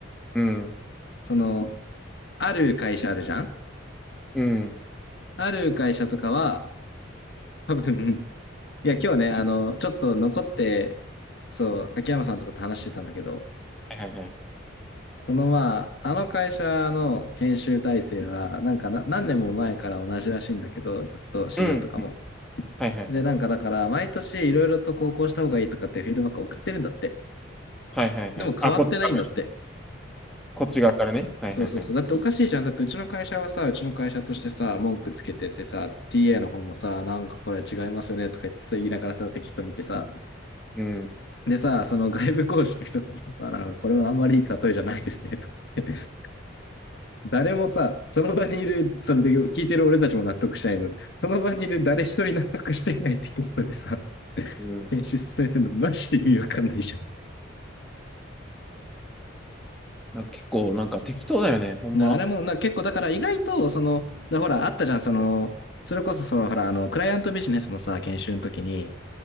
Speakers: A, in the centre; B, on the left (about 55°).
A: うん。
B: その、ある会社あるじゃん
A: うん。
B: ある会社とかは、多分、<laughs> いや、今日ね、あの、ちょっと残って、そう、秋山さんとかと話してたんだけど、
A: はいはいはい。
B: そのまあ、あの会社の研修体制は、なんかな何年も前から同じらしいんだけど、ずっと資料とかも。
A: うん。うんはいはいはい。
B: で、なんかだから、毎年いろいろとこう、こうした方がいいとかっていうフィードバックを送ってるんだって。
A: はいはいはい。
B: でも変わってないんだって。
A: あ、こっち側から、こっち側からね。はいはいはい。
B: そうそうそう。だっておかしいじゃん。だってうちの会社はさ、うちの会社としてさ、文句つけててさ、TA の方もさ、なんかこれ違いますよねとか言ってさ、言いながらさ、テキスト見てさ、
A: うん。
B: でさ、その外部講師の人たちもさ、なんかこれはあんまりいい例えじゃないですねとか言っ誰もさ、その場にいる、それで聞いてる俺たちも納得しないので。その場にいる誰一人納得してないテキストでさ、
A: うん。
B: 編集されてるのマジで意味わかんないじゃ
A: なんか結構なんか適当だよね、ほんま。
B: ん。だあれもな、結構だから意外と、その、だほら、あったじゃん、その、それこそその、ほら、あの、クライアントビジネスのさ、研修の時に、